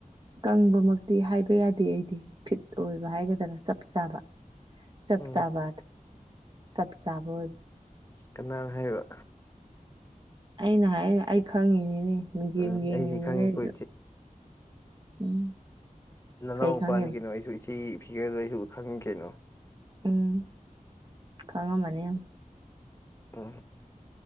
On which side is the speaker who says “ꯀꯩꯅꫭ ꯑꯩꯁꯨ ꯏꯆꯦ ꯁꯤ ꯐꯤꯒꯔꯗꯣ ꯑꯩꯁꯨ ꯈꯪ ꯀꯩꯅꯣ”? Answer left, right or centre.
Left